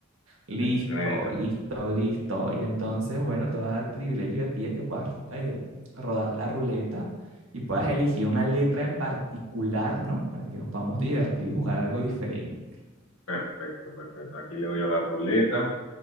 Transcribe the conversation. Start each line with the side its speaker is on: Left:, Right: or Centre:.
Right: Listo,
Left: Excelente.
Right: listo, listo. Y entonces, bueno, te va a dar privilegio a ti de que puedas eh, rodar la ruleta y puedas elegir una letra en particular, ¿no? Para que nos podamos divertir y jugar algo diferente.
Left: Perfecto, perfecto. Aquí le doy a la ruleta.